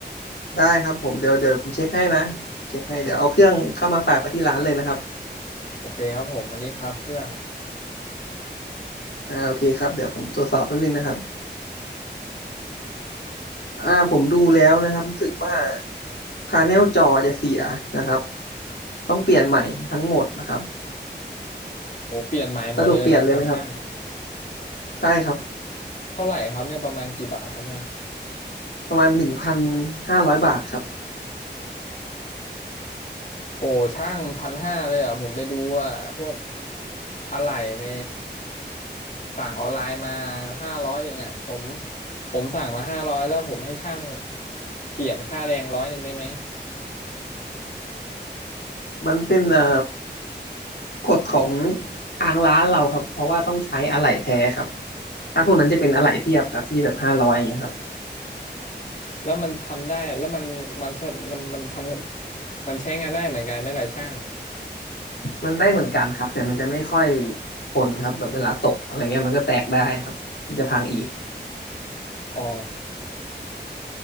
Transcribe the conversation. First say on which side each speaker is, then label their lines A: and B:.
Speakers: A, on the left; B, on the left.
A: ได้ครับผมเดี๋ยวเดี๋ยวผมเช็คให้นะเช็คให้เดี๋ยวเอาเครื่องเข้ามาฝากไปที่ร้านเลยนะครับ
B: โอเคครับผมอันนี้ครับเครื่อง
A: อ่าโอเคครับเดี๋ยวผมตรวจสอบแป๊บนึงนะครับอ่าผมดูแล้วนะครับรู้สึกว่าพาเนลจอจะเสียนะครับต้องเปลี่ยนใหม่ทั้งหมดนะครับ
B: โหเปลี่ยนใหม่หมดเลยเหรอครับช่าง
A: สะดวกเปลี่ยนเลยไหมครับใช่ครับ
B: เท่าไหร่ครับเนี่ยประมาณกี่บาทครับเนี่ย
A: ประมาณหนึ่งพันห้าร้อยบาทครับ
B: โอ้ช่างพันห้าเลยเหรอผมไปดูอะพวกอะไหล่ในสั่งออนไลน์มาห้าร้อยเองอะผมผมสั่งมาห้าร้อยแล้วผมให้ช่างเปลี่ยนค่าแรงร้อยหนึ่งได้ไหม
A: มันเป็นเอ่อกฎของทางร้านเราครับเพราะว่าต้องใช้อะไหล่แท้ครับถ้าพวกนั้นจะเป็นอะไหล่เทียบครับที่แบบห้าร้อยอย่างเงี้ยครับ
B: แล้วมันทำได้แล้วมันมันสะมันมันทำงานมันใช้งานได้เหมือนกันไหมล่ะช่าง
A: มันได้เหมือนกันครับแต่มันจะไม่ค่อยทนครับแบบเวลาตกอะไรเงี้ยมันก็แตกได้ครับมันจะพังอีก
B: อ๋อ